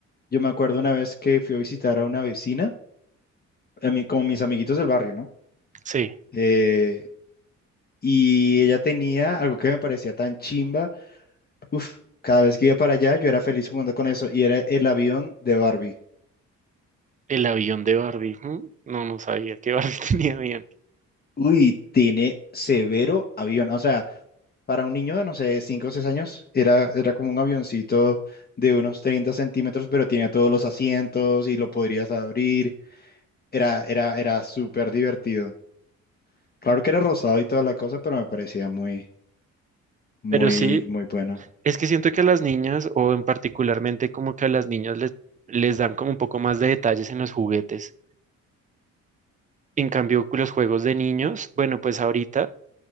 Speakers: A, on the left (about 30°); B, on the right (about 25°).
A: yo me acuerdo una vez que fui a visitar a una vecina, a mí, como mis amiguitos del barrio, ¿no?
B: Sí,
A: Eh, y ella tenía algo que me parecía tan chimba. Uf, cada vez que iba para allá, yo era feliz jugando con eso y era el avión de Barbie.
B: el avión de Barbie. ¿hmm? No, no sabía que Barbie <laughs> tenía avión.
A: Uy, tiene severo avión. O sea, para un niño de, no sé, 5 o 6 años, era, era como un avioncito de unos 30 centímetros, pero tenía todos los asientos y lo podrías abrir. Era, era, era súper divertido. Claro que era rosado y toda la cosa, pero me parecía muy, muy,
B: Pero sí,
A: muy bueno.
B: es que siento que a las niñas, o en particularmente como que a las niñas les, les dan como un poco más de detalles en los juguetes. En cambio, con los juegos de niños, bueno, pues ahorita